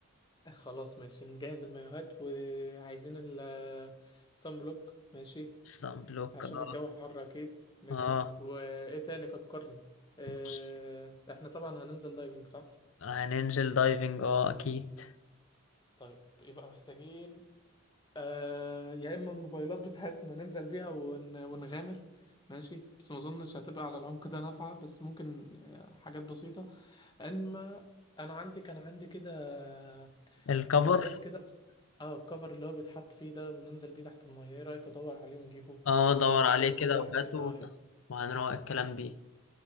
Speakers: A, on the left; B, on the left.
A: <laughs> خلاص ماشي نجهز المايوهات وعايزين ال صن بلوك ماشي
B: سان بلوك
A: عشان
B: اه
A: الجو حر اكيد ماشي
B: اه
A: وايه تاني فكرني آه،
B: بص
A: احنا طبعا هننزل دايفنج صح
B: هننزل دايفنج اه اكيد
A: طيب يبقى محتاجين آه يا اما الموبايلات بتاعتنا ننزل بيها ون... ونغامر ماشي بس ما اظنش هتبقى على العمق ده نافعه بس ممكن آه حاجات بسيطه اما انا عندي كان عندي كده آه
B: الكفر
A: اكياس كده اه الكفر اللي هو بيتحط فيه ده وننزل بيه تحت الميه ايه رايك ادور عليه ونجيبه
B: اه دور عليه
A: اجيب لكل
B: كده
A: واحد
B: وهاته
A: فينا واحد
B: وهنروق الكلام بيه